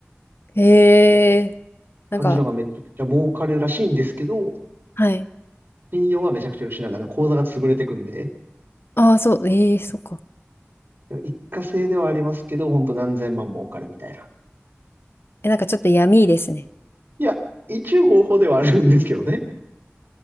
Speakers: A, on the left; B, on the right.
A: へえ。なんか、
B: 感じのがめちゃくちゃ儲かるらしいんですけど、
A: はい。
B: 信用はめちゃくちゃ失う。あの、口座が潰れてくんで、
A: ああ、そう。ええ、そっか。
B: 一過性ではありますけど、本当何千万儲かるみたいな。
A: え、なんかちょっと闇ですね。
B: いや、一応合法ではあるんですけどね。